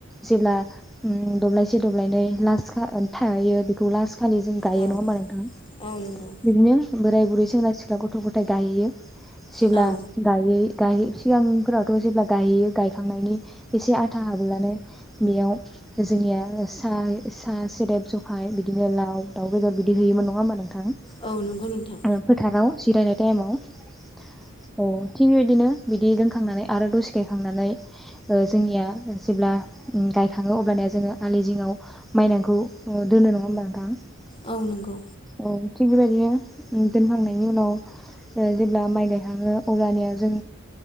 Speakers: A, in the centre; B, on the left (about 25°).
A: जेब्ला उम दब्लायसे दब्लायनै लास खा थायो बेखौ लास खालि जों गायो
B: औ
A: नङा होमबा नोंथां
B: औ नंगौ
A: बिदिनो बोराय बुरै सेंग्रा सिख्ला गथ' गथाय गायहैयो जिब्ला
B: औ
A: गायै गाहैयै सिगांफोरावथ' जेब्ला गायहैयो गायखांनायनि एसे। फोथा हाब्लानो बेयाव जोंनिया साय साहा सोदोब सहाय बिदिनो लाव दाउ बेदर बिदि होयोमोन नङा होमबा नोंथां। फोथाराव
B: औ नंगौ नोंथां
A: जिरायनाय। टाइमाव। औ। थिग बेबायदिनो बिदि लोंखांनानै आरो दसे गायखांनानै जोंनिया। जेब्ला गायखाङो अब्लानो जोंओ आलि जिङाव माइदांखौ दोनो नङा होमबा नोंथां।
B: औ नंगौ
A: औ। थिग बेबायदिनो दोनखांनायनि उनाव जेब्ला माइ गायखाङो अब्लानिया जों